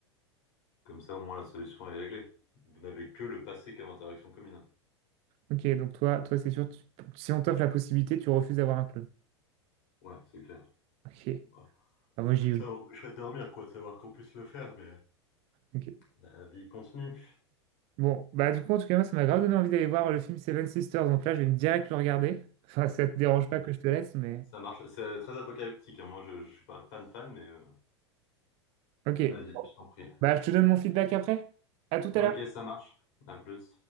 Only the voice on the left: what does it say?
comme ça, au moins, la solution est réglée. Vous n'avez que le passé comme interaction commune.
Ouais, c'est clair.
Bah,
ça
m'empêcherait de dormir, quoi, de savoir qu'on puisse le faire, mais...
La vie continue.
Ok.
Ça marche. C'est très apocalyptique, hein. Moi, je, je suis pas fan fan, mais... euh,
Vas-y, je t'en prie.
Ok,
ça marche. À plus.